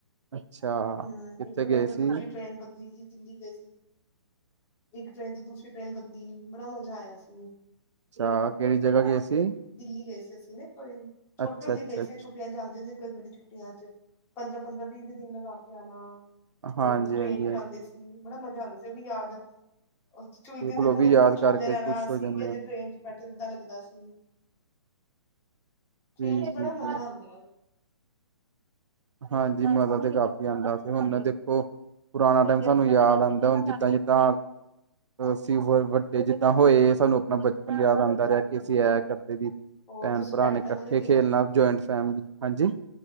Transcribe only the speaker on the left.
ਹਮ
ਇੱਕ ਟ੍ਰੇਨ
ਤੋਂ ਦੂਜੀ
ਟ੍ਰੇਨ ਬਦਲੀ ਸੀ ਦਿੱਲੀ ਗਏ ਸੀ ਇੱਕ ਟ੍ਰਰੇਨ ਤੋਂ ਦੂਸਰੀ ਟ੍ਰੇਨ ਬਦਲੀ ਬੜਾ ਮਜ਼ਾ ਆਇਆ ਸੀ
ਦਿੱਲੀ ਗਏ ਸੀ, ਅਸੀਂ ਨਾ ਇਕ ਵਾਰੀ ਛੋਟੇ
ਹੁੰਦੇ
ਗਏ ਸੀ
ਛੁੱਟੀਆਂ, ਚ ਜਾਂਦੇ ਸੀ। ਗਰਮੀ ਦੀ ਛੁਟੱ ਛੁੱਟੀਆਂ ਚ ਪੰਦਰਾਂ-ਪੰਦਰਾਂ ਵੀਹ-ਵੀਹ ਦਿਨ ਲਗਾ ਕੇ ਆਣਾ ਟ੍ਰੇਨ
ਟ੍ਰੇਨ ਚ ਜਾਂਦੇ ਸੀ ਬੜਾ ਮਜ਼ਾ ਆਉਂਦਾ ਸੀ ਉਹ ਵੀ ਯਾਦ ਉਹ ਚ
ਦਿਨ ਤੇ
ਪੂਰਾ
ਦਿਨ
ਝੂਲਦੇ
ਰਹਿਣਾ
ਸੀ
ਕਿਜੇ
ਟ੍ਰੇਨ ਬੈਠੇ ਓਦਾਂ ਲੱਗਦਾ ਸੀ ਟ੍ਰੇਨ
ਚ ਬੜਾ
ਮਜ਼ਾ ਆਉਂਦਾ ਹੈ
ਹੂੰ
ਹਾਂਜੀ
ਹਾਂਜੀ
ਹੋਰ
ਤੁਸੀਂ
ਪੈਟ
ਲਵਰ ਹੈਗੇ
ਹੋ